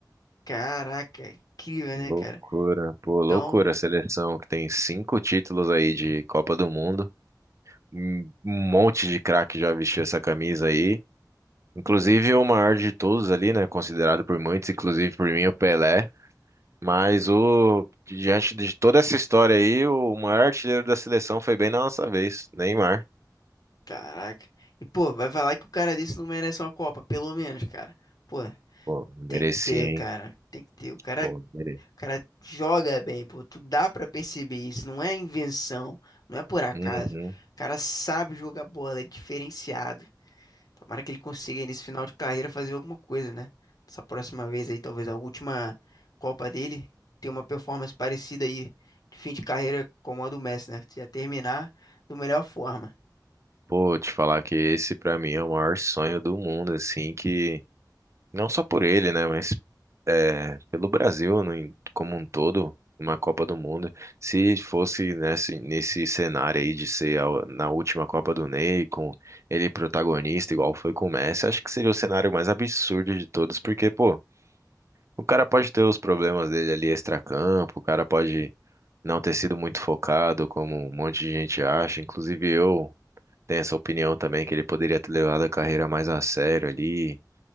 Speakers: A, on the left (about 55°); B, on the right (about 40°).
A: Caraca, incrível,
B: Loucura,
A: né, cara?
B: pô,
A: Então,
B: loucura a seleção que tem cinco títulos aí de Copa do Mundo. Um um monte de craque já vestiu essa camisa aí. Inclusive o maior de todos ali, né? Considerado por muitos, inclusive por mim, o Pelé. Mas o diante de toda essa história aí, o maior artilheiro da seleção foi bem na nossa vez, Neymar.
A: caraca. E, pô, vai falar que o cara desse não merece uma Copa, pelo menos, cara. Pô,
B: Pô, merecia,
A: tem que ter,
B: hein?
A: cara. Tem que ter. O cara
B: Bom, beleza.
A: cara joga bem, pô. Tu dá pra perceber isso. Não é invenção, não é por acaso.
B: Uhum.
A: O cara sabe jogar bola, é diferenciado. Tomara que ele consiga nesse final de carreira fazer alguma coisa, né? Essa próxima vez aí, talvez a última Copa dele, ter uma performance parecida aí de fim de carreira como a do Messi, né? Já terminar da melhor forma.
B: Pô, te falar que esse pra mim é o maior sonho do mundo, assim, que não só por ele, né, mas é, pelo Brasil no- em- como um todo, uma Copa do Mundo. Se fosse nesse, nesse cenário aí de ser a- na última Copa do Ney, com ele protagonista, igual foi com o Messi, acho que seria o cenário mais absurdo de todos, porque, pô, o cara pode ter os problemas dele ali extracampo, o cara pode não ter sido muito focado, como um monte de gente acha, inclusive eu. Tem essa opinião também que ele poderia ter levado a carreira mais a sério ali,